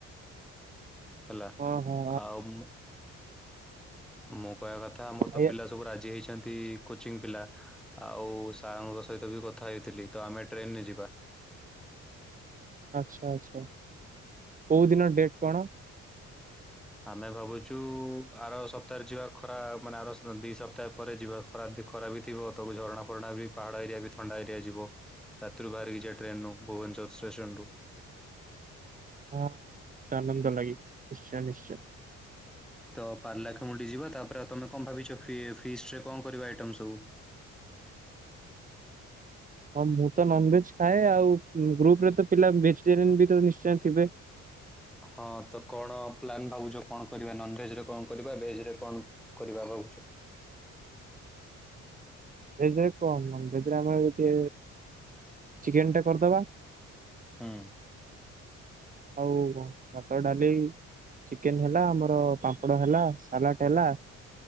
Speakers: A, in the centre; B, on the right.
A: ହେଲା
B: ହଁ ହଁ
A: ଆଉ ମୁଁ ମୁଁ କହିବା କଥା ମୋର
B: ଖାଇବା
A: ତ ପିଲା ସବୁ ରାଜି ହେଇଚନ୍ତି କୋଚିଂ ପିଲା। ଆଉ ସାର୍ ଙ୍କ ସହିତ ବି କଥା ହେଇଥିଲି ତ ଆମେ ଟ୍ରେନରେ ଯିବା।
B: ଆଚ୍ଛା ଆଚ୍ଛା କେଉଦିନ ଡେଟ୍ କଣ?
A: ଆମେ ଭାବୁଚୁ ଆର ସପ୍ତାହରେ ଯିବା ଖରା ମାନେ ଆର ଦି ସପ୍ତାହ ପରେ ଯିବା। ଖରା ଦ ଖରାପ ବି ଥିବ ତକୁ ଝରଣା ଫରଣା ବି ପାହାଡ଼ ଏରିଆ ବି ଥଣ୍ଡା ଏରିଆ ଯିବ। ରାତିରୁ ବାହାରିକି ଯିବା ଟ୍ରେନରୁୁ ଭୁବନେଶ୍ୱର ଷ୍ଟେସନ ରୁ
B: ହଁ ବହୁତ ଆନନ୍ଦ ଲାଗିବ ନିଶ୍ଚୟ ନିଶ୍ଚୟ।
A: ତ ପାରଳାଖେମୁଣ୍ଡି ଯିବା ତାପରେ ଆଉ ତମେ କଣ ଭାବିଚ ଫି ଫିଷ୍ଟ ରେ କଣ କଣ କରିବା ଆଇଟମ୍ ସବୁ?
B: ହଁ ମୁଁ ତ ନନ୍ ଭେଜ୍ ଖାଏ ଆଉ ଗ୍ରୁପ ରେ ତ ପିଲା ଭେଜିଟେରିୟନ୍ ବି ନିଶ୍ଚୟ ଥିବେ।
A: ହଁ ତ କଣ ପ୍ଲାନ୍ ଭାବୁଚ କଣ କରିବା ନନ୍ ଭେଜ୍ ରେ କଣ କରିବା ଭେଜ୍ ରେ କଣ କରିବା ଭାବୁଛ?
B: ଭେଜ୍ ରେ କଣ ନନ୍ ଭେଜ୍ ରେ ଆମେ ଯଦି ଚିକେନ୍ ଟା କରିଦେବା।
A: ହୁଁ।
B: ଆଉ କଣ ଭାତ ଡାଲି। ଚିକେନ ହେଲା ଆମର ପାମ୍ପଡ଼ ହେଲା ସାଲାଟ ହେଲା।